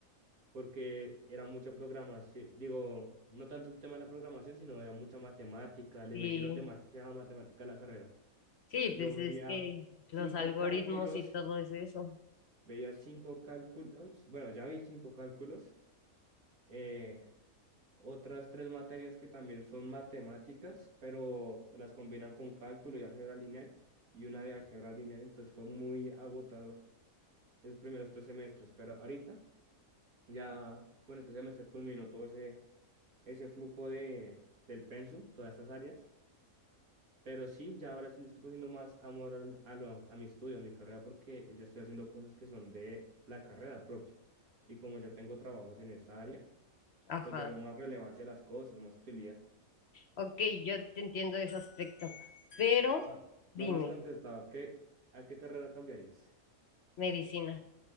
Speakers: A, on the right (about 75°); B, on the left (about 60°).
A: porque era mucha programación, digo, no tanto el tema de la programación, sino era mucha matemática, le
B: sí,
A: metieron demasiada matemática a la carrera.
B: sí, pues
A: Yo veía
B: es que los
A: cinco
B: algoritmos
A: cálculos,
B: y todo es eso.
A: veía cinco cálculos, bueno, ya vi cinco cálculos, eh, otras tres materias que también son matemáticas, pero las combinan con cálculo y álgebra lineal, y una de álgebra lineal, entonces fue muy agotador esos primeros tres semestres, pero ahorita ya con este semestre culminó todo ese ese flujo de, del pensum, todas estas áreas. Pero sí, ya ahora sí le estoy cogiendo más amor al- a, lo- a mi estudio, a mi carrera, porque ya estoy haciendo cosas que son de la carrera propia. Y como yo tengo trabajos en esta área,
B: Ajá.
A: pues le veo más relevancia a las cosas, más utilidad.
B: Ok, yo te entiendo ese aspecto. Pero
A: Ah,
B: dime,
A: No me has contestado, ¿qué, a qué carrera cambiarías?
B: medicina.